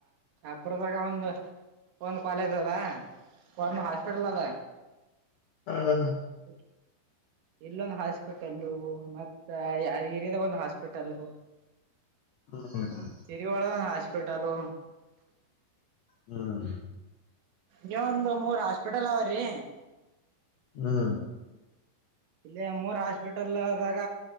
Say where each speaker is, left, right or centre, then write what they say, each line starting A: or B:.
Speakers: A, on the right; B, on the left.
A: ಅಪರದಾಗ ಒಂದು ಒಂದು ಕಾಲೇಜ್ ಅದ ಒಂದು ಹಾಸ್ಪಿಟಲ್ ಅದ
B: ಹೌದಲ್ಲ <unintelligible>
A: <inaudible> ಇಲ್ಲೊಂದು ಹಾಸ್ಪಿಟಲ್ಲ ಮತ್ತ ಏರಿಯಾದಾಗ ಒಂದು ಹಾಸ್ಪಿಟಲ್
B: ಹ್ಮ
A: ಸಿರಿ ಒಳಗ <unintelligible>
B: ಹ್ಮ
A: ಈ ಒಂದು ಮೂರ್ ಹಾಸ್ಪಿಟಲ್ ಅವ್ರೀ
B: ಹ್ಮ್
A: ಇಲ್ಲಿ ಮೂರ್ ಹಾಸ್ಪಿಟಲ್ ಆದದಾಗ